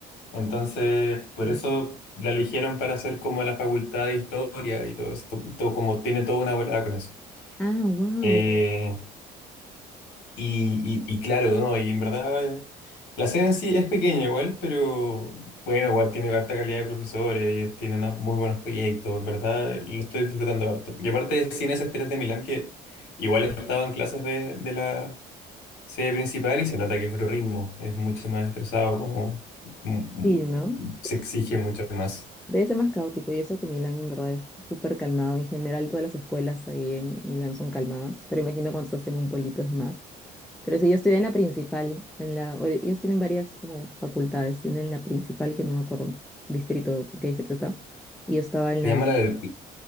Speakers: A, on the left; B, in the centre.
A: Entonces, por
B: Ya.
A: eso la eligieron para hacer como la facultad de historia y todo eso, to- todo como tiene toda una volada con eso.
B: Ah, wow.
A: Eh, y, y- y claro, ¿no? Y en verdad, eh, la sede en sí es pequeña igual, pero bueno, igual tiene harta calidad de profesores, ellos tienen unos muy buenos proyectos, en verdad, eh, lo estoy disfrutando harto. Y aparte de Cines Estrellas de Milán, que igual he estado en clases de, de la sede principal y se nota que es otro ritmo, es mucho más estresado, como mm, mm,
B: Sí, ¿no?
A: se exige mucho más.
B: Debe ser más caótico y eso que Milán en verdad es súper calmado. En general todas las escuelas ahí en Milán son calmadas, pero imagino cuando estás en un pueblito es más. Pero si yo estudié en la principal, en la, o- ellos tienen varias como facultades, tienen la principal que no me acuerdo distrito, qué distrito estaba, y yo estaba en
A: Se
B: la
A: llama
B: de
A: la-